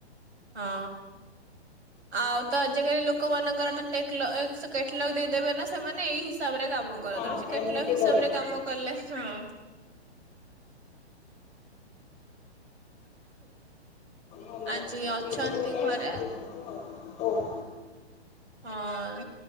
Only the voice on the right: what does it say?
ହଁ ଆଉ ତ ଆଜିକାଲି ଲୋକମାନଙ୍କର ତ ଟେକଲ ଏକ୍ସ କେଟଲଗ୍ ଦେଇଦେବେ ନାଁ ସେମାନେ ଏଇ ହିସାବରେ କା ମ କର
ତର ସେ କେଟଲଗ୍
ହିସାବରେ
କାମ କଲେ ହଁ।
ଆଜି
ଅଛନ୍ତି
ଘରେ।
ହଁ।